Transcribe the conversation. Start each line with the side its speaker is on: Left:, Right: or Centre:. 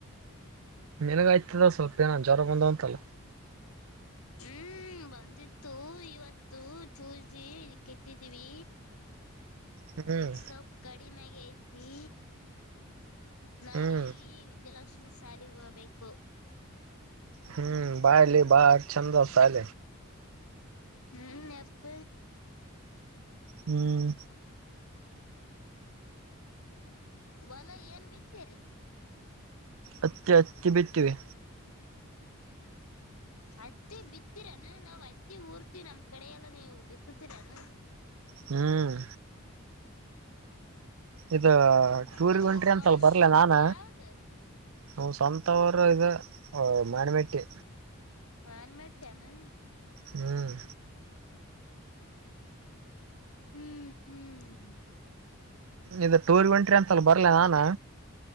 Right: ಮೆನಗ ಆಯ್ತದ ಸ್ವಲ್ಪ ಏನ ಜ್ರ ಬಂದಾವಂತಲ್ಲ
Left: ಹ್ಮ್ ಹ್ಮ್ ಬಂದಿತ್ತು ಇವತ್ತು ಚೂಸಿ ಕೆಟ್ಟಿದೀವಿ
Right: ಹ್ಮ್
Left: ಸೊಪ ಕಡಿಮೆಗಯತಿೀ ನಾಳಗ
Right: ಹ್ಮ್
Left: ವಿದ್ಯಾಲಕ್ಷ್ಮಿ ಸಾಲಿ ಹೋಗಬೇಕು
Right: ಹ್ಮ್ ಬಹಲೆ ಬಾರ ಛಂದ ಅಾಲ
Left: ಹ್ಮ್ ಎಪ್ಪ
Right: ಹ್ಮ್
Left: ಒಲ ಏನ್ ಬಿತ್ತೀರಿ
Right: ಅತ್ತಿ ಅತ್ತಿ ಬಿಟ್ಟಿವೆ
Left: ಅತ್ತಿ ಬಿತ್ತೀರಾನ ನಾವ್ ಅತ್ತಿ ಊರ್ತಿ ನಮ್ ಕಡೆ ಎಲ್ಲಾ ನೀವು ಬಿತ್ತತೀರಾನ
Right: ಹ್ಮ್ ಇ ಟೂರಿ
Left: ನಿಮ್ದು
Right: ಉಟ್ರಿ
Left: ಸ್ವಂತ
Right: ಅಂತಲ್ ಬರ್ಲ ನಾನ
Left: ಊರ್ ಯಾವ್ದ
Right: ನ ಸ್ವಂತವರು ಇ ಮಣಮೆಟ್ಟಿ
Left: ಮಾನ್ ಮಾಡಟ್ಟನು
Right: ಹ್ಮ್
Left: ಹ್ಮ್ ಹ್ಮ್
Right: ಇ ಟೂರ್ ಒಂಟ್ರಿ ಅಂತಲ್ಲ ಬರ್ಲ ನಾನ